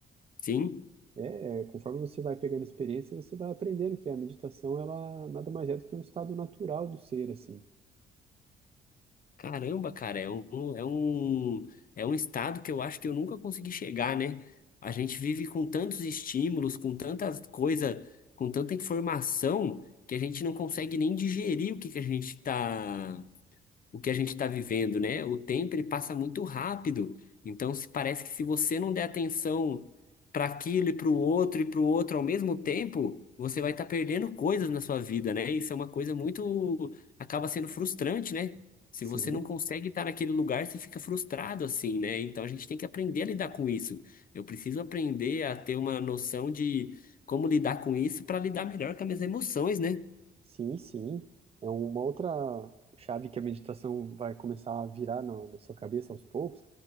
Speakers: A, on the left; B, on the right.
A: Sim.
B: É, é, conforme você vai pegando experiência, você vai aprendendo que a meditação, ela nada mais é do que um estado natural do ser, assim.
A: Caramba, cara, é um, é um, é um estado que eu acho que eu nunca consegui chegar, né? A gente vive com tantos estímulos, com tantas coisas, com tanta informação, que a gente não consegue nem digerir o que que a gente tá o que a gente está vivendo, né? O tempo ele passa muito rápido. Então, se parece que se você não der atenção para aquilo e para o outro e para o outro ao mesmo tempo, você vai estar perdendo coisas na sua vida, né? Isso é uma coisa muito acaba sendo frustrante, né? Se
B: Sim,
A: você não consegue estar naquele lugar, você fica frustrado assim, né? Então a gente tem que aprender a lidar com isso. Eu preciso aprender a ter uma noção de como lidar com isso para lidar melhor com as minhas emoções, né?
B: Sim, sim. É uma outra chave que a meditação vai começar a virar na, na sua cabeça aos poucos,